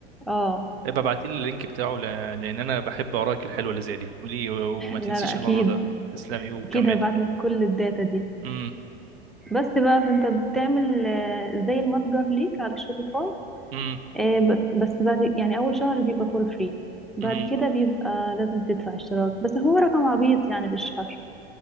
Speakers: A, in the centre; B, on the right.
A: اه
B: ابقى ابعت لي اللينك بتاعه ل... لان انا بحب اوراق الحلوه اللي زي دي قولي و-
A: <laughs>
B: وما تنسيش
A: لا لا اكيد
B: الموضوع ده تسلمي وكملي
A: اكيد هبعت لك كل الداتا دي
B: امم
A: بس بقى فانت بتعمل آه، زي المتجر ليك على شوبيفاي
B: امم
A: آه، ب- بس بعد يعني اول شهر بيبقى فور فري بعد
B: امم
A: كده بيبقى لازم تدفع اشتراك بس هو رقم عبيط يعني في الشهر